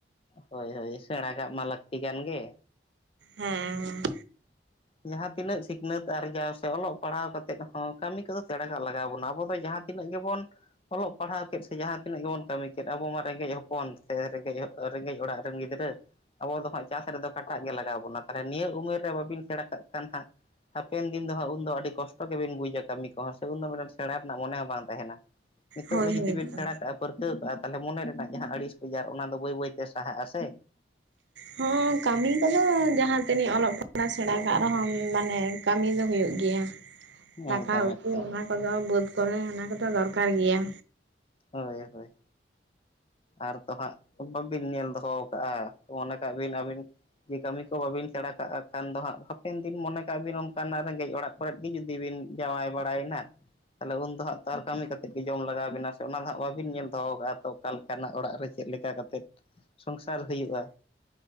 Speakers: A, on the left (about 30°); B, on the right (about 70°).
A: ᱦᱳᱭ ᱦᱳᱭ ᱥᱮᱬᱟ ᱠᱟᱜ ᱢᱟ ᱞᱟᱹᱠᱛᱤ ᱠᱟᱱ ᱜᱮ᱾
B: ᱦᱮᱸ ᱦᱮᱸ᱾
A: ᱡᱟᱦᱟᱸ ᱛᱤᱱᱟᱹᱜ ᱥᱤᱠᱷᱱᱟᱹᱛ ᱟᱨᱡᱟᱣ ᱥᱮ ᱚᱞᱚᱜ ᱯᱟᱲᱦᱟᱣ ᱠᱟᱛᱮᱫ ᱦᱚᱸ ᱠᱟᱹᱢᱤ ᱠᱚᱫᱚ ᱥᱮᱬᱟ ᱠᱟᱜ ᱞᱟᱜᱟᱣ ᱵᱚᱱᱟ ᱟᱵᱚ ᱫᱚ ᱡᱟᱦᱟᱸ ᱛᱤᱱᱟᱹᱜ ᱜᱮᱵᱚᱱ ᱚᱞᱚᱜ ᱯᱟᱲᱦᱟᱣ ᱠᱮᱫ ᱥᱮ ᱡᱟᱦᱟᱸ ᱛᱤᱱᱟᱹᱜ ᱜᱮᱵᱚᱱ ᱠᱟᱹᱢᱤ ᱠᱮᱫ ᱟᱵᱚ ᱢᱟ ᱨᱮᱸᱜᱮᱡ ᱦᱚᱯᱚᱱ ᱥᱮ ᱨᱮᱸᱜᱮᱡ ᱨᱮᱸᱜᱮᱡ ᱚᱲᱟᱜ ᱨᱮᱱ ᱜᱤᱫᱽᱨᱟᱹ᱾ ᱟᱵᱚ ᱫᱚ ᱦᱟᱸᱜ ᱪᱟᱥ ᱨᱮᱫᱚ ᱠᱟᱴᱟᱜ ᱜᱮ ᱞᱟᱜᱟᱣ ᱵᱚᱱᱟ ᱛᱚᱞᱦᱮ ᱱᱤᱭᱟᱹ ᱩᱢᱮᱨ ᱨᱮ ᱵᱟᱵᱤᱱ ᱥᱮᱬᱟ ᱠᱟᱜ ᱠᱷᱟᱱ ᱦᱟᱸᱜ ᱦᱟᱯᱮᱱ ᱫᱤᱱ ᱫᱚ ᱦᱟᱸᱜ ᱩᱱᱫᱚ ᱟᱹᱰᱤ ᱠᱚᱥ ᱢᱚ ᱜᱮᱵᱤᱱ ᱵᱩᱡᱟ ᱠᱟᱹᱢᱤ ᱠᱚᱦᱚᱸ ᱥᱮ ᱩᱱᱫᱚ ᱢᱤᱫᱴᱟᱝ ᱥᱮᱬᱟ ᱨᱮᱱᱟᱜ ᱢᱚᱱᱮ ᱦᱚᱸ ᱵᱟᱝ ᱛᱟᱦᱮᱱᱟ ᱱᱤᱛᱚᱜ
B: ᱦᱳᱭ
A: ᱨᱮ ᱡᱩᱫᱤ
B: ᱦᱳᱭ
A: ᱵᱤᱱ
B: ᱛᱚ᱾
A: ᱥᱮᱬᱟ ᱠᱟᱜ-ᱟ, ᱯᱟᱹᱨᱠᱟᱹᱣ ᱠᱟᱜ-ᱟ ᱛᱟᱞᱦᱮ ᱢᱚᱱᱮ ᱨᱮᱱᱟᱜ ᱡᱟᱦᱟᱸ ᱟᱹᱲᱤᱥ ᱵᱮᱡᱟᱨ ᱚᱱᱟ ᱫᱚ ᱵᱟᱹᱭ ᱵᱟᱹᱭ ᱛᱮ ᱥᱟᱦᱟᱜ-ᱟ ᱥᱮ᱾
B: ᱦᱚᱸ ᱠᱟᱹᱢᱤ ᱠᱚᱫᱚ ᱡᱟᱦᱟᱸ ᱛᱤᱱᱟᱹᱜ ᱚᱞᱚᱜ ᱯᱟᱲᱦᱟᱣ ᱥᱮᱬᱟ ᱠᱟᱜ ᱨᱮᱦᱚᱸ ᱢᱟᱱᱮ ᱠᱟᱹᱢᱤ ᱫᱚ ᱦᱩᱭᱩᱜ ᱜᱮᱭᱟ᱾
A: ᱮᱠᱫᱚᱢ
B: ᱫᱟᱠᱟ ᱩᱛᱩ
A: ᱮᱠᱫᱚᱢ
B: ᱚᱱᱟ ᱠᱚᱫᱚ ᱵᱟᱹᱫᱽ ᱠᱚᱨᱮ ᱚᱱᱟ ᱠᱚᱫᱚ ᱫᱚᱨᱠᱟᱨ ᱜᱮᱭᱟ᱾
A: ᱦᱳᱭ ᱦᱳᱭ᱾ ᱟᱨ ᱛᱚ ᱦᱟᱸᱜ ᱵᱟᱹᱵᱤᱱ ᱧᱮᱞ ᱫᱚᱦᱚ ᱠᱟᱜᱼᱟ, ᱢᱚᱱᱮ ᱠᱟᱜ ᱵᱤᱱ ᱟᱹᱵᱤᱱ ᱡᱮ ᱠᱟᱹᱢᱤ ᱠᱚ ᱵᱟᱟᱹᱵᱤᱱ ᱥᱮᱬᱲᱟ ᱠᱟᱜᱼᱟ ᱠᱷᱟᱱ ᱫᱚ ᱦᱟᱸᱜ ᱦᱟᱯᱮᱱ ᱫᱤᱱ ᱢᱚᱱᱮ ᱠᱟᱜᱼᱟ ᱵᱤᱱ ᱚᱱᱠᱟᱱᱟᱜ ᱨᱮᱜᱮᱡ ᱚᱲᱟᱜᱼᱼ ᱠᱚᱨᱮ ᱜᱮ ᱡᱩᱫᱤ ᱵᱤᱱ ᱡᱟᱶᱟᱭ ᱵᱟᱲᱟᱭᱮᱱᱟ ᱛᱟᱦᱚᱞᱮ ᱩᱱᱫᱚ ᱦᱟᱸᱜ ᱛᱚ ᱟᱨ ᱠᱟᱹᱢᱤ ᱠᱟᱛᱮ ᱜᱮ ᱡᱚᱢ ᱞᱟᱜᱟᱣ ᱵᱤᱱᱟᱼᱼ ᱚᱱᱟ ᱫᱚᱜ ᱵᱟᱟᱹᱵᱤᱱ ᱧᱮᱞ ᱫᱚᱦᱚ ᱠᱟᱜᱼᱟ ᱛᱚ ᱚᱠᱟ ᱞᱮᱠᱟᱱᱟᱜ ᱚᱲᱟᱜ ᱨᱮ ᱪᱮᱫ ᱞᱮᱠᱟ ᱠᱟᱛᱮᱮᱫ ᱥᱚᱝᱥᱟᱨ ᱦᱩᱭᱩᱜᱼᱟ᱾